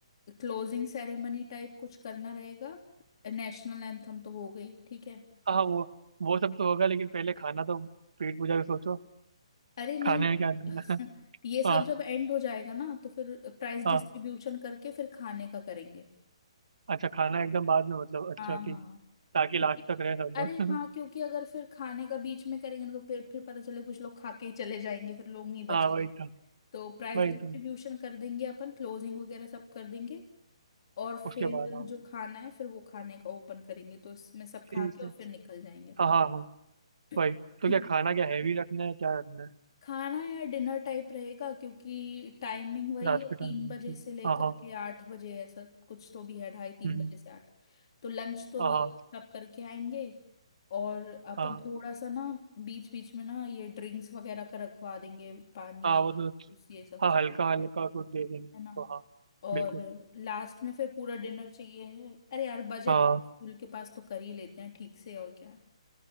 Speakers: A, on the left; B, on the right.
A: क्लोजिंग सेरेमनी टाइप कुछ करना रहेगा नेशनल एंथम तो हो गई ठीक है
B: हाँ हाँ, वो वो सब तो होगा लेकिन पहले खाना तो पेट पूजा के सोचो
A: अरे नहीं
B: खाने में क्या करना
A: <laughs>
B: है <laughs>
A: ये सब
B: हाँ
A: जब एंड हो जाएगा ना तो फिर प्राइस डिस्ट्रीब्यूशन
B: हाँ
A: करके फिर खाने का करेंगे
B: अच्छा खाना एकदम बाद में मतलब अच्छा
A: हाँ
B: ठीक
A: हाँ हाँ।
B: ताकि
A: क्योंकि
B: लास्ट तक रहे सब
A: अरे
B: लोग
A: हाँ क्योंकि अगर फिर खाने का बीच में करेंगे ना तो फिर फिर पता चले कुछ लोग खा के ही चले जाएंगे फिर लोग
B: <laughs>
A: नहीं बचेंगे
B: हाँ वही तो
A: तो प्राइस
B: वही
A: डिस्ट्रीब्यूशन
B: तो
A: कर देंगे अपन क्लोजिंग वगैरह सब कर देंगे और फिर
B: उसके बाद हाँ
A: जो खाना है फिर वो खाने का ओपन करेंगे तो इसमें सब
B: ठीक
A: खा के
B: है
A: और फिर निकल जाएंगे
B: हाँ हाँ हाँ
A: अपन
B: वही तो क्या खाना क्या हैवी रखना है क्या रखना है
A: खाना या डिनर टाइप रहेगा क्योंकि टाइमिंग वही
B: रात
A: है
B: के टाइम
A: तीन
B: में
A: बजे
B: ठीक
A: से लेकर
B: हाँ हाँ
A: के आठ बजे ऐसा कुछ तो भी है ढाई तीन
B: हम्म,
A: बजे से आठ तो लंच तो
B: हाँ हाँ
A: सब करके आएंगे और अपन
B: हाँ
A: थोड़ा सा ना बीच बीच में ना ये ड्रिंक्स वगैरह का रखवा देंगे पानी
B: हाँ वो तो
A: जूस, ये सब
B: हाँ
A: चीज
B: हल्का हल्का कुछ दे देंगे उनको
A: है ना
B: हाँ
A: और
B: बिल्कुल
A: लास्ट में फिर पूरा डिनर चाहिए है अरे यार बजट
B: हाँ
A: है स्कूल के पास तो कर ही लेते हैं ठीक से और क्या है